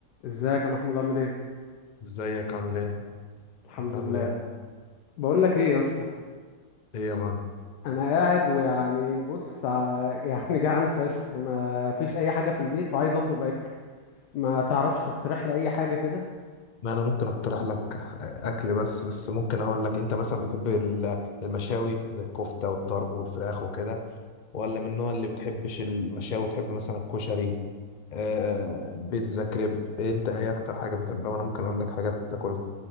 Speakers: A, on the left; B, on the left.
A: ازيك يا محمود عامل ايه
B: ازيك عامل ايه
A: الحمد
B: انت عامل
A: لله
B: ايه
A: بقول لك ايه يا اسطى
B: ايه يا مان
A: انا قاعد ويعني بص ع- <laughs> يعني جعان فشخ ما فيش اي حاجه في البيت وعايز اطلب اكل ما تعرفش تقترح لي اي حاجه كده
B: ما انا ممكن اقترح لك اكل بس بس ممكن اقول لك انت مثلا بتحب ال- المشاوي زي الكفته والطرب والفراخ وكده ولا من النوع اللي بتحبش المشاوي تحب مثلا الكشري آه بيتزا كريب إيه انت ايه اكتر حاجه بتحبها وانا ممكن اقول لك حاجات تاكلها